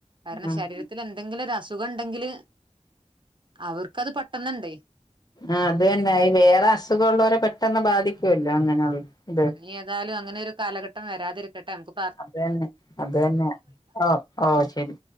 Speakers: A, on the right; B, on the left.
A: കാര്ണം
B: ആഹ്
A: ശരീരത്തില് എന്തെങ്കിലും ഒരു അസുഖം ഇണ്ടെങ്കില് അവർക്കത് പെട്ടെന്ന് ണ്ടേ
B: ആഹ് അത് തന്നെ ഈ വേറെ അസുഖൊള്ളോരെ പെട്ടെന്ന് ബാധിക്കോല്ലോ അങ്ങനെയുള്ള ഇത്
A: ഇനി ഏതാലും അങ്ങനെ ഒരു കാലഘട്ടം വരാതിരിക്കട്ടെ മ്മക്ക്
B: അത് തന്നെ അത് തന്നെ ഓഹ് ഓഹ് ശരി